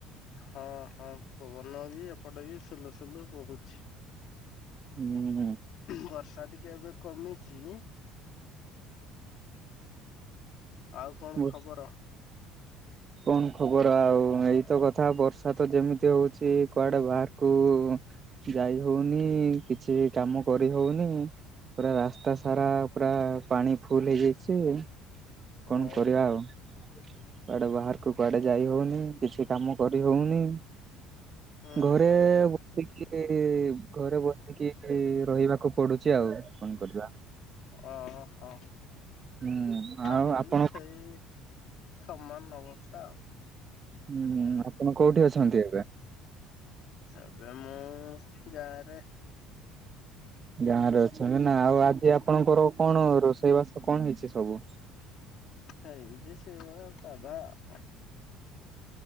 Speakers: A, on the left; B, on the right.
A: ହଁ ହଁ ପବନ ବି ଏପଟେ ବି ସୁଲୁ ସୁଲୁ ବହୁଚି।
B: ହୁଁ।
A: ବର୍ଷା ଟିକେ ଏବେ କମିଚି। ଆଉ କଣ
B: ହୁଁ।
A: ଖବର?
B: କଣ ଖବର ଆଉ ଏଇତ କଥା ବର୍ଷା ତ ଯେମିତି ହଉଚି କୁଆଡେ ବାହାରକୁ ଯାଇ ହଉନି କିଛି କାମ କରି ହଉନି। ପୁରା ରାସ୍ତା ସାରା ପୁରା ପାଣି ଫୁଲ ହେଇଯାଇଚି। କଣ
A: ଓହୋ
B: କରିବା ଆଉ। କୁଆଡେ ବାହାର କୁ କୁଆଡେ ଯାଇ ହଉନି କିଛି କାମ କରି ହଉନି।
A: ହୁଁ
B: ଘରେ
A: ହୁଁ
B: ବସିକି ଘରେ ବସିକି ରହିବାକୁ ପଡୁଚି ଆଉ। କଣ କରିବା?
A: ଅ ହ।
B: ହୁଁ।
A: ଆମର
B: ଆଉ ଆପଣ
A: ବି ସେଇ ସମାନ ଅବସ୍ଥା ଆଉ।
B: ହୁଁ ହୁଁ ଆପଣ କୋଉଠି ଅଛନ୍ତି ଏବେ?
A: ଆପ ମୁଁ ଗାଁ ରେ।
B: ଗାଁ ରେ ଅଛନ୍ତି ନା ଆଉ ଆଜି ଆପଣଙ୍କର କଣ ରୋଷେ ଇ ବାସ କଣ ହେଇଚି ସବୁ?
A: ହେଇଚି ସେଇଭଳିଆ ସାଧା ଆଉ।